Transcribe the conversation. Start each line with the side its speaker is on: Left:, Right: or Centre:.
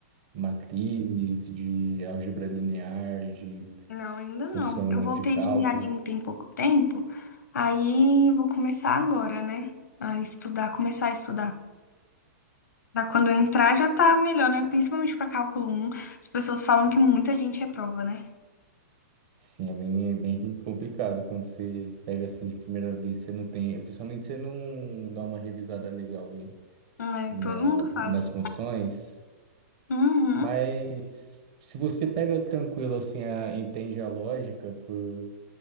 Right: matrizes de álgebra linear, de
Left: não, ainda
Right: função
Left: não. Eu voltei
Right: de cálculo.
Left: de viagem tem pouco tempo, aí vou começar agora, né? A estudar, começar a estudar. Pra quando eu entrar já tá melhor, né? Principalmente pra cálculo um As pessoas falam que muita gente reprova, né?
Right: Sim, é bem, bem complicado quando você pega assim de primeira vista, você não tem, principalmente você não dá uma revisada legal em-
Left: É,
Right: na,
Left: todo mundo fala.
Right: nas funções,
Left: Uhum.
Right: mas se você pega tranquilo assim, a, entende a lógica por